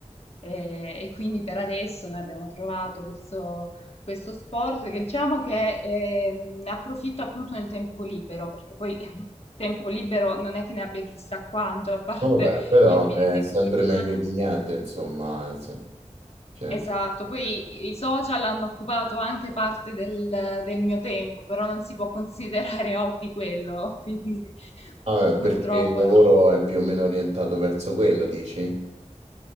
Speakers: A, on the left (about 55°); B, on the right (about 60°).
A: Eh, e quindi per adesso noi abbiamo trovato questo, questo sport che diciamo che eh, ne approfitta appunto nel tempo libero, perché poi <laughs> tempo libero non è che ne abbia chissà quanto, a parte
B: vabbè, però
A: il fine
B: è
A: settimana.
B: sempre meglio di niente, insomma. eh, se- cioè,
A: Esatto, poi i social hanno occupato anche parte del, del mio tempo, però non si può considerare hobby quello, <laughs> quindi
B: Ah,
A: purtroppo
B: perché il lavoro
A: no.
B: è più o meno orientato verso quello, dici?